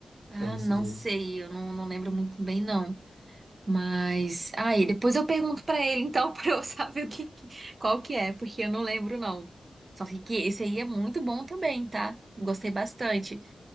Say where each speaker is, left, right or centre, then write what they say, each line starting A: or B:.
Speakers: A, on the right; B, on the right.
A: Ah,
B: Talvez
A: não
B: seja
A: sei,
B: isso.
A: eu não, não lembro muito bem, não. Mas, aí, depois eu pergunto pra ele, então, <laughs> pra eu saber o que, que- qual que é, porque eu não lembro, não. Só sei que esse aí é muito bom também, tá? Gostei bastante.